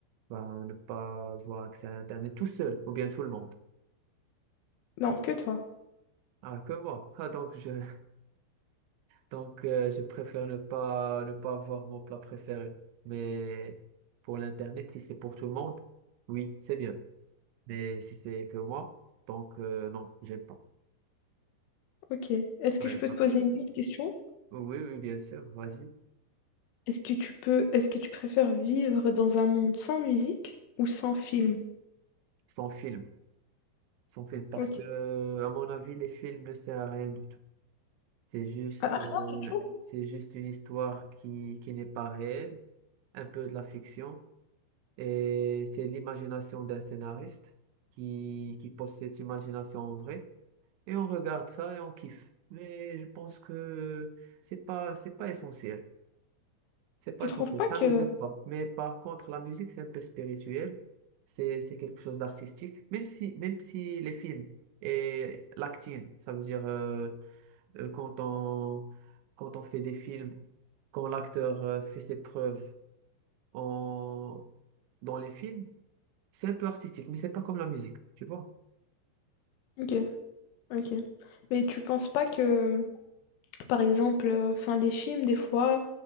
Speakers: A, on the right; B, on the left.
A: Ben, ne pas avoir accès à Internet tout seul, ou bien tout le monde.
B: Non, que toi.
A: Ah, que moi. <laughs> Ah, donc, je, <laughs> donc, euh, je préfère ne pas, ne pas avoir mon plat préféré. Mais pour l'Internet, si c'est pour tout le monde, oui, c'est bien. Mais si c'est que moi, donc, euh, non, j'aime pas.
B: Ok. Est-ce
A: Ouais,
B: que je peux
A: parce-
B: te poser une petite question?
A: Oui, oui, bien sûr, vas-y.
B: Est-ce que tu peux, est-ce que tu préfères vivre dans un monde sans musique ou sans film?
A: Sans film. Sans film. Parce
B: Ok.
A: que, euh, à mon avis, les films ne servent à rien du tout. C'est juste,
B: Ah,
A: euh,
B: rien du tout?
A: c'est juste une histoire qui, qui n'est pas réelle, un peu de la fiction. Et c'est l'imagination d'un scénariste qui, qui pose cette imagination en vrai. Et on regarde ça et on kiffe. Mais je pense que c'est pas, c'est pas essentiel. C'est pas
B: Tu trouves
A: essentiel,
B: pas
A: ça
B: que...
A: nous aide pas. Mais par contre, la musique, c'est un peu spirituel. C'est, c'est quelque chose d'artistique. Même si, même si les films et l'acting, ça veut dire euh, euh, quand on, quand on fait des films, quand l'acteur euh, fait ses preuves en, dans les films, c'est un peu artistique, mais c'est pas comme la musique, tu vois?
B: Ok, ok. Mais tu penses pas que, par exemple, euh, enfin, les films, des fois,